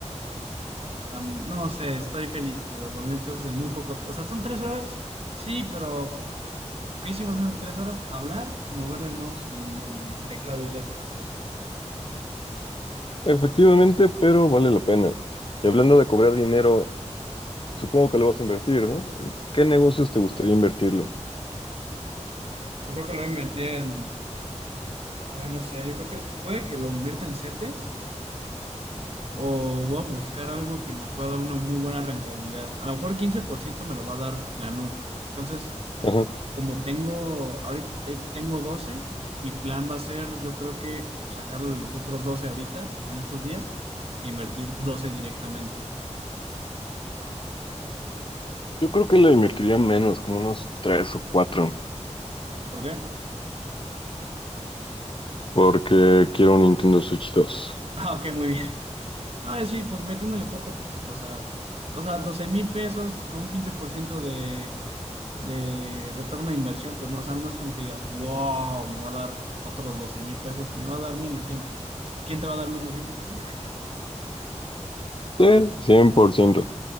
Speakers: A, on the right (about 55°); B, on the left (about 45°).
A: Tam- no sé, estoy feliz de los dos mil pesos de muy poco. t- O sea, son tres horas, sí, pero ¿qué hicimos en esas tres horas? Hablar y mover el mouse y, y teclado y ya.
B: Efectivamente, pero vale la pena. Y hablando de cobrar dinero, supongo que lo vas a invertir, ¿no? ¿En qué negocios te gustaría invertirlo?
A: Yo creo que lo invertí en, ay, no sé, yo creo que puede que lo invierta en CETES o voy a buscar algo que me pueda dar una muy buena rentabilidad. A lo mejor 15% me lo va a dar la NU. Entonces,
B: Ajá.
A: como tengo, ahorita te- tengo doce mi plan va a ser, yo creo que sacarle los otros 12 ahorita, en estos días, e invertir 12 directamente.
B: Yo creo que le invertiría menos, como unos tres o cuatro,
A: ¿Por qué? <laughs>
B: porque quiero un Nintendo Switch 2.
A: Ah, ok, muy bien. <laughs> No, sí, pues metiéndole poco a poquito, o sea, o sea, doce mil pesos con un 15% de, de retorno de inversión, pues no, o sea, no es como que digas, wow, me va a dar otros doce mil pesos, pues me va a dar mil doscientos ¿Y quién te va a dar mil doscientos Pues nadie.
B: Sí, 100%.